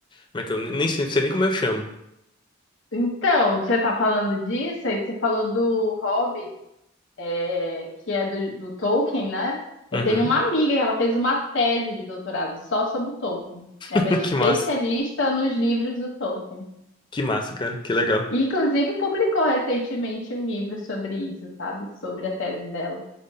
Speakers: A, on the left; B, on the left.
A: como é que eu nem nem sei, sei nem como eu chamo.
B: Então, você tá falando disso, aí você falou do Hobbit, é, que é do, do Tolkien, né? Eu
A: Uhum.
B: tenho uma amiga que ela fez uma tese de doutorado só sobre o Tolkien.
A: <laughs>
B: Ela é especialista
A: Que massa.
B: nos livros do Tolkien.
A: Que massa, cara. Que legal.
B: E, inclusive, publicou recentemente um livro sobre isso, sabe? Sobre a tese dela.